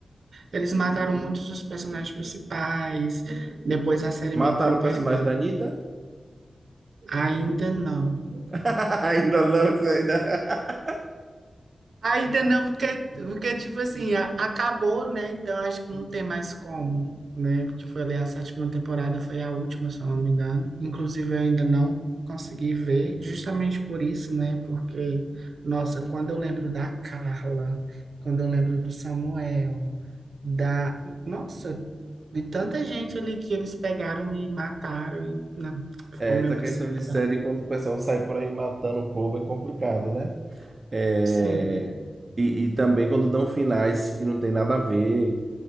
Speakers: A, on the right; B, on the right.
A: eles mataram muitos dos personagens principais, depois a série
B: Mataram
A: meio que foi perdendo.
B: o personagem da Anitta?
A: Ainda não.
B: <laughs> Ainda não, isso ainda.
A: Ainda não, porque, porque tipo assim, a- acabou, né? Então acho que não tem mais como, né? Porque foi ali a sétima temporada, foi a última, se eu não me engano. Inclusive, eu ainda não consegui ver, justamente por isso, né? Porque, nossa, quando eu lembro da Carla, quando eu lembro do Samuel, da. Nossa, de tanta gente ali que eles pegaram e mataram, e não, ficou
B: É,
A: meio
B: essa
A: que
B: questão
A: sem
B: de série,
A: graça.
B: quando o pessoal sai por aí matando o povo, é complicado, né? É,
A: Sim,
B: E, e também quando dão finais que não tem nada a ver.